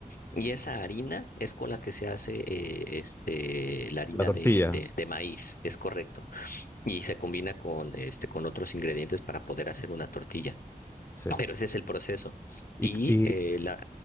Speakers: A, on the left; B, on the left.
A: y esa harina es con la que se hace eh, este la harina
B: la tortilla,
A: de, de, de maíz, es correcto, y se combina con este con otros ingredientes para poder hacer una tortilla.
B: sí.
A: No, Pero ese es el proceso.
B: Y,
A: Y
B: y-
A: eh, la,